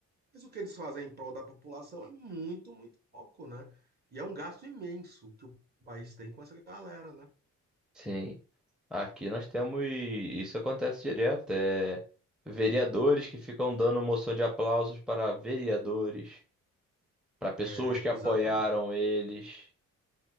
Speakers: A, on the right; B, in the centre.
A: Mas o que eles fazem em prol da população é muito, muito pouco, né? E é um gasto imenso que o país tem com essa galera, né?
B: sim. Aqui nós temos, isso acontece direto, é vereadores que ficam dando moção de aplausos para vereadores, para pessoas
A: É,
B: que
A: exatamente.
B: apoiaram eles.